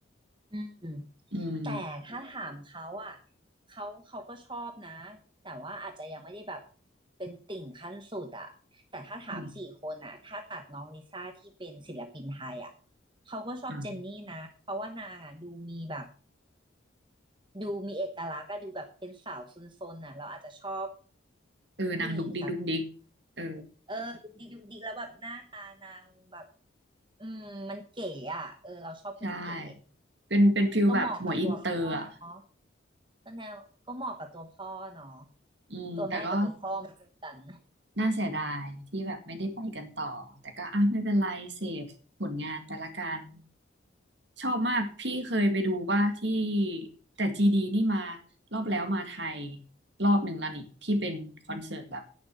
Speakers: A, on the right; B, on the right.
A: อืม
B: อืม
A: แต่ถ้าถามเขาอ่ะเขาเขาก็ชอบนะแต่ว่าอาจจะยังไม่ได้แบบเป็นติ่งขั้นสุดอ่ะแต่ถ้าถามสี่คนอ่ะถ้าตัดน้องลิซ่าที่เป็นศิลปินไทยอ่ะ
B: อืม
A: เขาก็ชอบเจนนี่นะเพราะว่านางอ่ะดูมีแบบ
B: อ่ะ
A: ดูมีเอกลักษณ์ก็ดูแบบเป็นสาวซนๆน่ะเราอาจจะชอบ
B: เออนางดุกดิกดุกดิก
A: ผู้หญิงสัก
B: เออ
A: เออดูดีดูดีแล้วแบบหน้าตานางแบบอืมมันเก๋อ่ะเออเราชอบคนเก๋
B: ใช่เป็นเป็นฟิลแบบหมวยอินเตอร์อ่ะ
A: ก็เหมาะกับตัวพ่อเนาะ ก็แนวก็เหมาะกับตัวพ่อเนาะ
B: อืมแต่ก็
A: ตัวแม่กับตัวพ่อมาเจอกัน
B: น่าเสียดายที่แบบไม่ได้ไปกันต่อแต่ก็อ่ะไม่เป็นไรเสพผลงานไปละกันชอบมากพี่เคยไปดูว่าที่แต่จีดีนี่มารอบแล้วมาไทยรอบหนึ่งแล้วนี่ที่เป็นคอนเสิร์ตแบบ